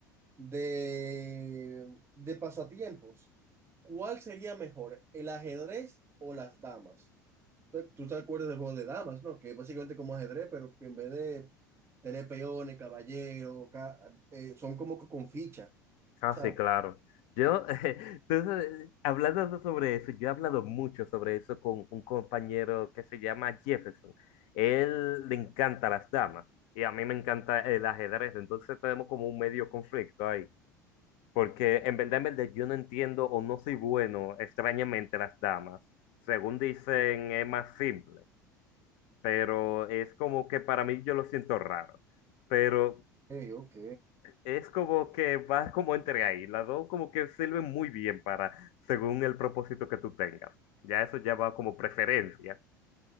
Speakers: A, on the right; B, on the left.
A: de, de pasatiempos. ¿Cuál sería mejor, el ajedrez o las damas? Tú tú te acuerdas del juego de damas, ¿no? Que es básicamente como ajedrez, pero que en vez de tener peones, caballeros, ca- eh, son como que con ficha,
B: Ah,
A: ¿sabes?
B: sí, claro. Yo, <laughs> entonces, hablando so- sobre eso, yo he hablado mucho sobre eso con un compañero que se llama Jefferson. Él le encanta las damas y a mí me encanta el ajedrez, entonces tenemos como un medio conflicto ahí. Porque en verdad, en verdad, yo no entiendo o no soy bueno, extrañamente, las damas. Según dicen, es más simple, pero es como que para mí yo lo siento raro. Pero
A: Ok, ok.
B: es como que va como entre ahí. Las dos como que sirven muy bien para, según el propósito que tú tengas. Ya eso ya va como preferencia.